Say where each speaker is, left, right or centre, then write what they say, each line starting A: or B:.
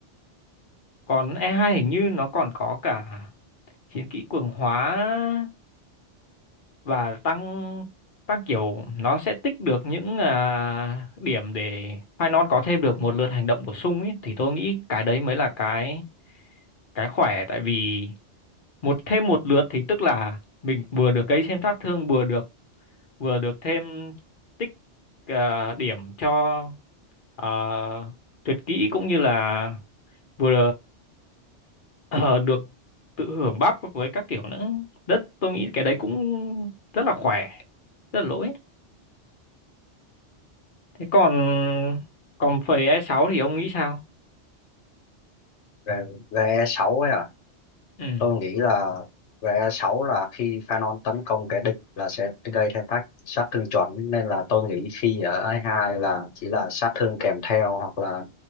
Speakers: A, on the left; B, on the left.
A: Còn E2 hình như nó còn có cả chiến kỹ cường hóa và tăng tăng kiểu nó sẽ tích được những à, điểm để Phainon có thêm được một lượt hành động bổ sung ấy thì tôi nghĩ cái đấy mới là cái cái khỏe tại vì một thêm một lượt thì tức là mình vừa được gây thêm sát thương vừa được vừa được thêm tích à, điểm cho à, tuyệt kỹ cũng như là vừa ờ, được tự hưởng bắp với các kiểu nữa đất tôi nghĩ cái đấy cũng rất là khỏe rất là lỗi thế còn còn phẩy E6 thì ông nghĩ sao
B: về, về E6 ấy à
A: ừ
B: tôi nghĩ là về E6 là khi Phanon tấn công kẻ địch là sẽ gây thêm tác sát thương chuẩn nên là tôi nghĩ khi ở E2 là chỉ là sát thương kèm theo hoặc là